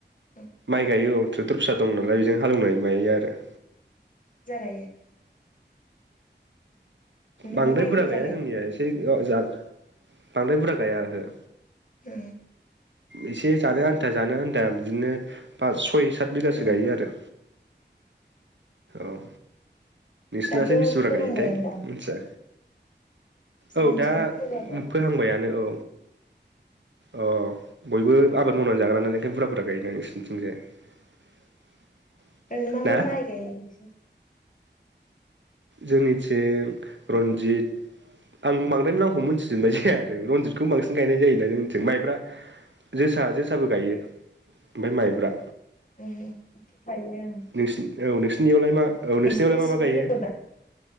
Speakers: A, on the left (about 45°); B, on the right (about 75°).
A: ओं
B: माइ गायो औ ट्रेक्टर फिसा दं नालाय बेजों हालेवनाय मायो आरो।
A: जागायो न'आव
B: बांद्राय
A: माइ
B: बुरजा गैया
A: गायो
B: जोंनिया एसे <unintelligible> बांद्राय बुरजा गाया ओहो
A: <unintelligible>
B: एसे जानो आन्था जानो आन्था बिदिनो पास सय सात बिगासो
A: ओं
B: गायो आरो औ।
A: दाथ'
B: <unintelligible> बेसे बुरजा
A: फोहांबायानोदां
B: गायोथाय मिथिया।
A: जोंथिंबो
B: औ दा
A: बुरजा गायो
B: फोहांबायानो औ अ बयबो आबाद मावनानै जाग्रानालाय ओंखायनो बुरजा बुरजा गायो दां नोंसोरनिथिंजाय? <inaudible>
A: ओरैनो मा
B: ना
A: मा माइ गायो नोंसिनिथिं?
B: जोंनिथिं रन्जित आं बांद्राय नामखौ मोनथिजोबनाय जाया आरो रनजितखौ बांसिन गायनाय जायोना जोंनिथिं माइब्रा, जोसा जोसाबो गायो
A: बे
B: ओमफ्राय माइब्रा।
A: <unintelligible>
B: नोंसिनि औ नोंसिनियावलाय मा औ
A: बिजलि
B: नोंसिनियावलाय मा
A: सोमनो
B: मा गायो?
A: रोंगौ दा